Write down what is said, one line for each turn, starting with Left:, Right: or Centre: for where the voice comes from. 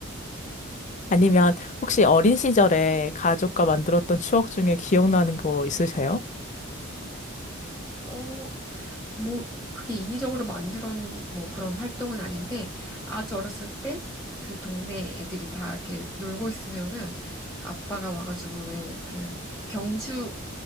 Left: 아니면 혹시 어린 시절에 가족과 만들었던 추억 중에 기억나는 거 있으세요?
Centre: 어, 뭐, 그게 인위적으로 만들어, 놓뭐 그런 활동은 아닌데, 아주 어렸을 때 그 동네 애들이 다 이렇게 놀고 있으면은 아빠가 와가지고 왜 그 경주